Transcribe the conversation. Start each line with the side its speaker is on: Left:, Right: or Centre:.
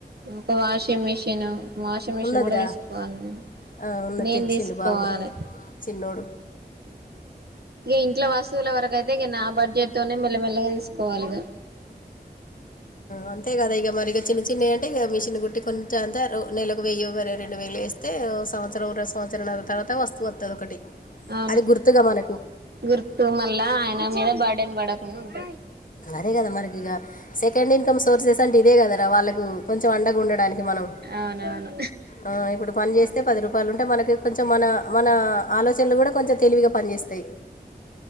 Right: ఒక వాషింగ్ మిషిన్ వాషింగ్ మిషిన్
Left: ఉన్నదిరా
Right: కూడా తీసుకోవాలి నేను
Left: ఆ, ఉన్నది
Right: నేను
Left: తెచ్చిండు
Right: తీసుకోవాలి
Left: బాబు చిన్నోడు
Right: ఇగ ఇంట్ల వస్తువుల వరకయితే ఇగ నా బడ్జెట్ తోనే మెల్లమెల్లగా తీసుకోవాలిగ
Left: అంతే కదా ఇగ మరి ఇగ చిన్న చిన్నవి అంటే ఇగ మిషన్ కుట్టి కొన్ని జాంతారు నెలకు వెయ్యో వరే రెండు వేలో వేస్తే సంవత్సరం రెండు సంవత్సరం అ తర్వాత వస్తూ వస్తుంది ఒకటి
Right: అవును
Left: అది గుర్తుగా మనకు
Right: గుర్తు మళ్ళా ఆయన మీద బర్డెన్ పడకుండా ఉంట
Left: అరే గద మనకిగా సెకండ్ ఇన్కమ్ సోర్సెస్ అంటే ఇదే కదరా వాళ్ళకు కొంచెం అండగా ఉండడానికి మనం
Right: అవునవును
Left: ఆ ఇప్పుడు పని చేస్తే పది రూపాయలు ఉంటే మనకి కొంచెం మన మన ఆలోచనలు కూడా కొంచెం తెలివిగా పనిచేస్తాయి